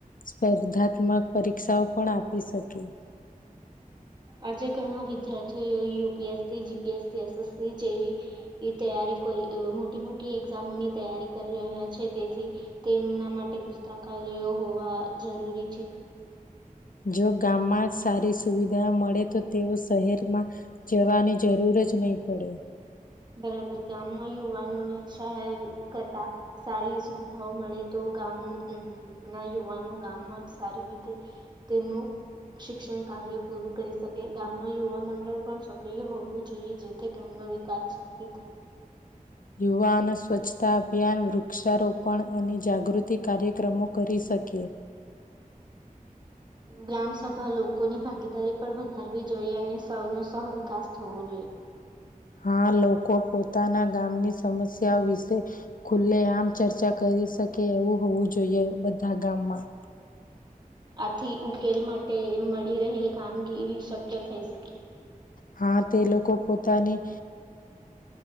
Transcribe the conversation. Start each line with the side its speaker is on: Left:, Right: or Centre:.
Left: સ્પર્ધાત્મક પરીક્ષાઓ પણ આપી શકે.
Right: આજે ઘણા વિદ્યાર્થીઓ યુપીએસસી જીપીએસસી એસએસસી જેવી તૈયારી કરી મોટી મોટી એક્ઝામોની તૈયારી કરી રહ્યા છે, તેથી તેમના માટે પુસ્તકાલયો હોવા જરૂરી છે.
Left: જો ગામમાં સારી સુવિધા મળે તો તેઓ શહેરમાં જવાની જરૂર જ નહી પડે.
Right: બરાબર ગામમાં યુવાનોને શહેર કરતા સારી સુવિધાઓ મળે તો ગામ ના યુવાનો ગામમાં સારી રીતે તેમનું શિક્ષણ કાર્ય પૂરું કરી શકે ગામમાં યુવા મંડળ પણ સક્રિય હોવું જોઈએ, જેથી ગામનો વિકાસ ચપી થાય.
Left: યુવાન સ્વચ્છતા અભિયાન વૃક્ષારોપણ અને જાગૃતિ કાર્યક્રમો કરી શકે.
Right: ગ્રામ સભા લોકોની ભાગીદારી પર વધારવી જોઈએ, અને સૌનો સૌ વિકાસ થવો જોઈએ.
Left: હા, લોકો પોતાના ગામની સમસ્યા વિશે ખુલ્લે આમ ચર્ચા કરી શકે એવું હોવું જોઈએ, બધા ગામમાં
Right: આથી ઉકેલ માટે મળી રહેલ કામગીરી શક્ય થઈ શકે.
Left: હા તે લોકો પોતાની